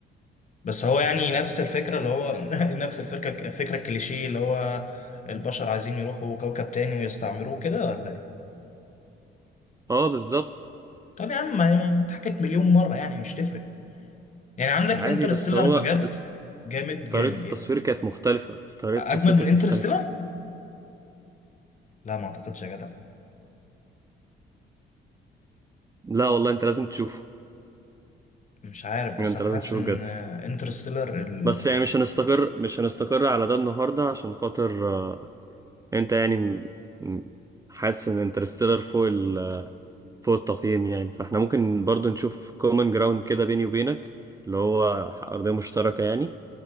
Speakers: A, on the left; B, on the right.
A: بس هو يعني نفس الفكرة اللي هو <laughs> نفس الفكرة الفكرة الكليشيه اللي هو البشر عايزين يروحوا كوكب تاني ويستعمروه كده ولا ايه
B: اه بالظبط
A: طب يا عم ما- اتحكت مليون مرة يعني مش تفرق يعني عندك
B: عادي
A: انترستيلر
B: بس هو
A: بجد جامد جامد
B: طريقة التصوير
A: يعني
B: كانت مختلفة طريقة
A: اجمد
B: التصوير
A: من
B: كانت
A: انترستيلر
B: مختلفة
A: لا ما اعتقدش يا جدع
B: لا والله انت لازم تشوفه
A: مش عارف بس
B: يعني انت
A: انا
B: لازم
A: حاسس
B: تشوفه
A: ان
B: بجد
A: انترستيلر ال...
B: بس يعني مش هنستقر مش هنستقر على ده النهاردة عشان خاطر آه، انت يعني م- م- حاسس ان انترستيلر فوق ال فوق التقييم يعني فاحنا ممكن برضو نشوف كومن جراوند كده بيني وبينك اللي هو أرضية مشتركة يعني